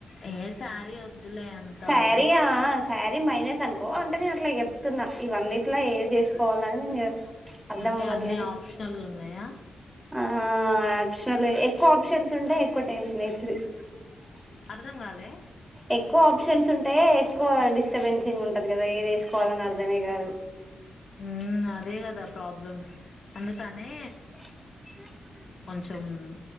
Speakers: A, on the left (about 55°); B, in the centre.
A: ఏ శారీ వద్దులే అంత
B: శారీ
A: ఓల్డ్
B: ఆ శారీ మైనస్ అనుకో అంటే నేను అట్లా చెప్తున్నా ఈ వన్నింట్లో ఏది వేసుకోవాలని నేను అర్ధం
A: అంటే
B: అవ్వట్లేని.
A: అన్ని ఆప్షనల్గా ఉన్నాయా
B: ఆ యాక్చువలి, ఎక్కువ ఆప్షన్స్ ఉంటే ఎక్కువ టెన్షన్ ఏ. <unintelligible> ఎ
A: అర్ధం కాలే
B: ఎక్కువ ఆప్షన్స్ ఉంటె, ఎక్కువ డిస్టర్బెన్సింగ్ ఉంటది. కదా ఏది వేసుకోవాలని అర్ధమే కాదు
A: హు అదే కదా ప్రాబ్లం అందుకనే.
B: <inaudible>
A: మ్